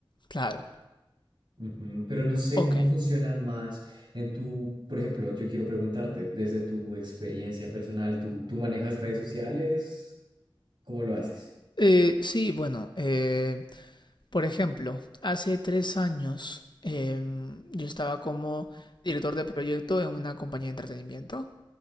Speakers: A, on the left; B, on the right.
A: Claro.
B: Ujú, Pero no sé
A: Ok.
B: cómo funciona más en tu, por ejemplo, yo quiero preguntarte, desde tu experiencia personal, ¿tú, tú manejas redes sociales? ¿Cómo lo haces?
A: Eh, sí, bueno, eh, por ejemplo, hace tres años em, yo estaba como director de proyecto en una compañía de entretenimiento,